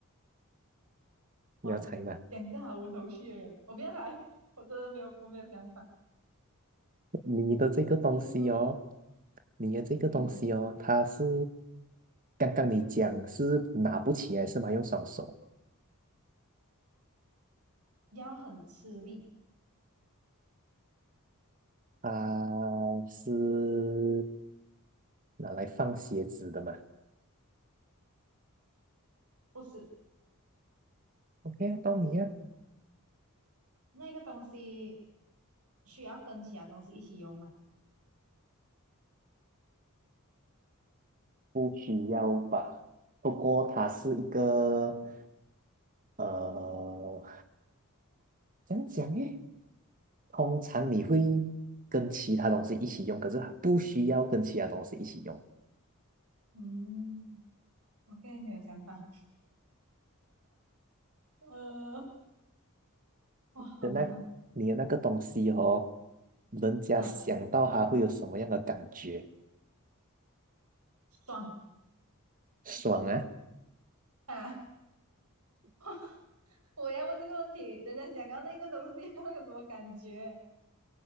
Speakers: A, on the right; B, on the right.
A: 哇，
B: 你要猜吗？
A: 两个毫无头绪的人，我不要来，我真的没有，我没有想法。
B: 你的这个东西哦，
A: 室内用，
B: 你的这个东西哦，
A: 嗯，
B: 它是刚刚你讲是拿不起来是吗？用双手，
A: 要很吃力，
B: 啊，是拿来放鞋子的嘛？
A: 不是
B: OK 啊到你啊。
A: 那个东西需要跟其他东西一起用嘛？
B: 不需要吧？不过它是一个呃，怎样讲诶？通常你会跟其他东西一起用，可是它不需要跟其他东西一起用。
A: 嗯。OK，没有想法。呃，哇，好难哦。
B: 的那你的那个东西哦，人家想到它会有什么样的感觉？
A: 啊，爽
B: 爽啊，
A: 啊！哇我要问这个问题，人家想要那个东西，<laughs> 会有什么感觉？